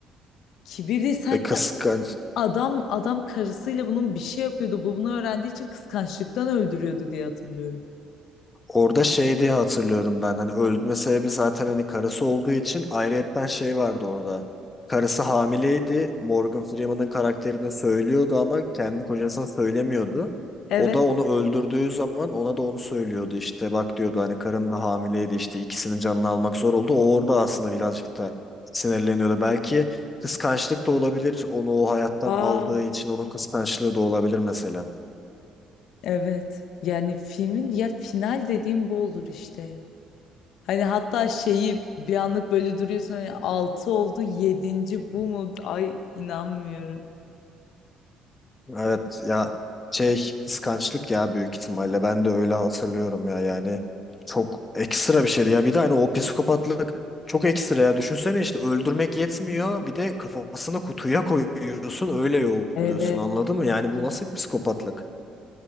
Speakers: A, on the left; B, on the left.
A: Kibir değil sanki
B: ve kıskanç
A: adam adam karısıyla bunun bir şey yapıyordu bu bunu öğrendiği için kıskançlıktan öldürüyordu diye hatırlıyorum.
B: Orada şey diye hatırlıyorum ben hani öldürme sebebi zaten hani karısı olduğu için ayrıyetten şey vardı orada. Karısı hamileydi. Morgan Freeman'ın karakterine söylüyordu ama kendi kocasına söylemiyordu.
A: Evet.
B: O da onu öldürdüğü zaman ona da onu söylüyordu işte bak diyordu hani karın da hamileydi işte ikisinin canını almak zor oldu. O orada aslında birazcık da sinirleniyordu. Belki kıskançlık da olabilir onu o hayattan
A: Aa,
B: aldığı için onun kıskançlığı da olabilir mesela.
A: evet. Yani filmin ya final dediğim bu olur işte. Hani hatta şeyi bir anlık böyle duruyorsun hani 6 oldu yedinci bu mu? Ay inanmıyorum.
B: Evet ya şey kıskançlık ya büyük ihtimalle ben de öyle hatırlıyorum ya yani çok ekstra bir şeydi ya bir de hani o psikopatlık çok ekstra ya düşünsene işte öldürmek yetmiyor bir de kafasını kutuya koyuyorsun öyle yolluyorsun
A: Evet.
B: anladın mı
A: Evet.
B: yani bu nasıl bir psikopatlık